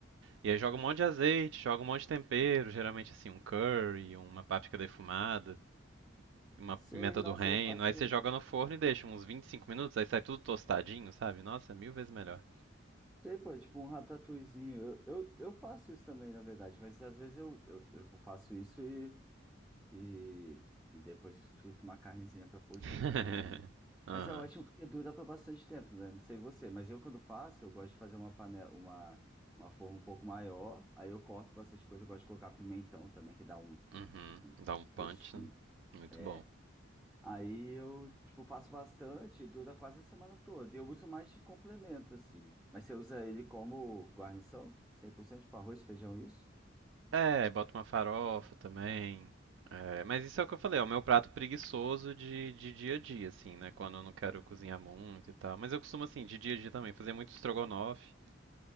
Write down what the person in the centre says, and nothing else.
Sei,
nossa,
eu faço...
Sei, pô, tipo um ratatouillezinho. Eu, eu, eu faço isso também, na verdade, mas às vezes eu, eu, eu faço isso e... E, e depois frita uma carnezinha pra pôr
junto, né, normalmente.
Mas é ótimo porque dura pra bastante tempo, né? Não sei você, mas eu quando faço, eu gosto de fazer uma panela, uma, uma forma um pouco maior, aí eu corto bastante coisa, eu gosto de colocar pimentão também, que dá um,
um
gostinho.
É,
Aí eu, tipo, faço bastante, dura quase a semana toda. E eu uso mais de complemento, assim. Mas você usa ele como guarnição? cem por cento para arroz, feijão, isso?